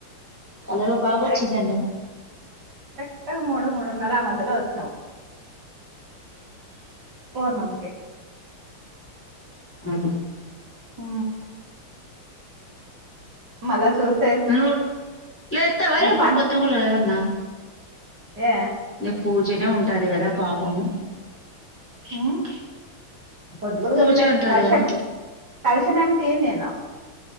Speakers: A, in the centre; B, on the right.
A: కళలో బాగ
B: కరెక్ట్
A: వచ్చిన్యానేను
B: కరెక్ట్ మూడు మూడున్నర ఆ మధ్యలో వచ్చినావ్ పూర్ణంకే
A: అహ
B: ఆ మళ్ళ చూస్
A: నువ్వు లేత్తావ రేపు
B: పా
A: పొద్దుగుల ఏమన్నా
B: ఏ
A: నీకు పూజనే ఉంటాది కదా పాపము
B: మ్మ్ పొద్దుగులుగా
A: పూజ
B: మ్మ్ నేన్
A: ఉంటుంది
B: కల్శం
A: కదా
B: కల్శమేమి తీయన్ నేను